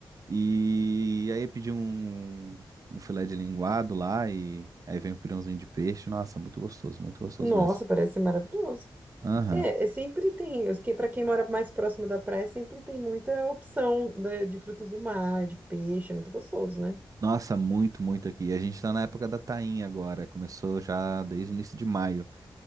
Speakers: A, on the right; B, on the right.
A: E aí pedir um, um filé de linguado lá. E aí vem um pirãozinho de peixe. Nossa, muito gostoso, muito gostoso
B: Nossa,
A: mesmo.
B: parece ser maravilhoso.
A: Aham.
B: É, é sempre tem, eu- para quem mora mais próximo da praia, sempre tem muita opção de, de frutos do mar, de peixe, é muito gostoso, né?
A: Nossa, muito, muito aqui. A gente tá na época da tainha agora. Começou já desde o início de maio.